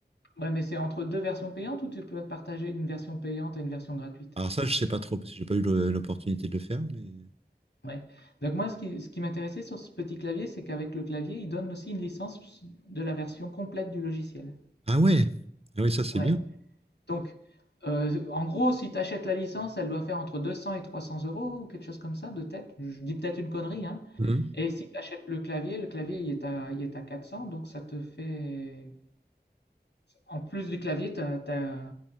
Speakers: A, on the left; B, on the right.
A: Ouais, mais c'est entre deux versions payantes ou tu peux partager une version payante et une version gratuite?
B: Alors ça, je sais pas trop, parce que j'ai pas eu le- l'opportunité de le faire, mais...
A: Ouais. Donc moi, ce qui, ce qui m'intéressait sur ce petit clavier, c'est qu'avec le clavier, il donne aussi une licence de la version complète du logiciel.
B: Ah ouais! Ah ouais, ça c'est
A: Ouais.
B: bien.
A: Donc, euh, en gros, si tu achètes la licence, elle doit faire entre 200 et 300 euros ou quelque chose comme ça de tête. Je dis peut-être une connerie, hein.
B: Mhm.
A: Et si tu achètes le clavier, le clavier, il est à, il est à 400, donc ça te fait... En plus du clavier, tu as, t'as-